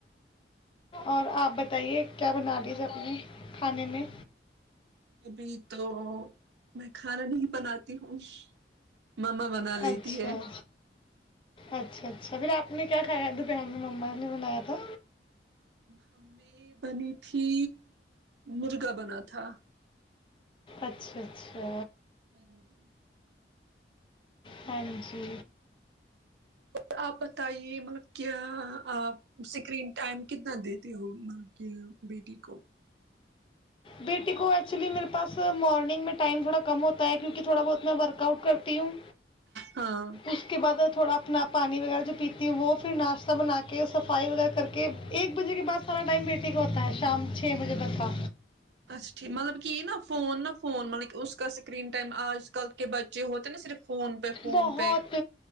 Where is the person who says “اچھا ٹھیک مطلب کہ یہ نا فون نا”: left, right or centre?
Right